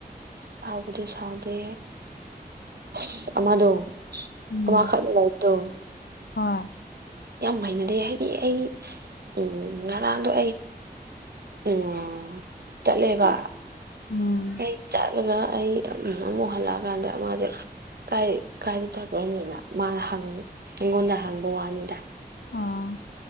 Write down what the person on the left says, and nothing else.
ꯎꯝ
ꯍꯣꯏ
ꯎꯝ
ꯑꯥ